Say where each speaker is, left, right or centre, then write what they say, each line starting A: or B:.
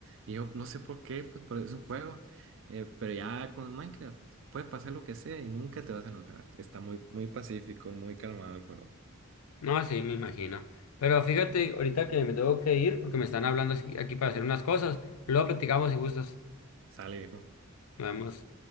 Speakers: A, on the right; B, on the left.
A: Y yo no sé por qué, pues pero es un juego. Eh, pero ya con Minecraft puede pasar lo que sea y nunca te vas a enojar. Está muy, muy pacífico, muy calmado el juego.
B: No, sí, me imagino. Pero fíjate, ahorita que me tengo que ir porque me están hablando aquí aquí para hacer unas cosas. Luego platicamos si gustas.
A: Sale, viejo.
B: Nos vemos.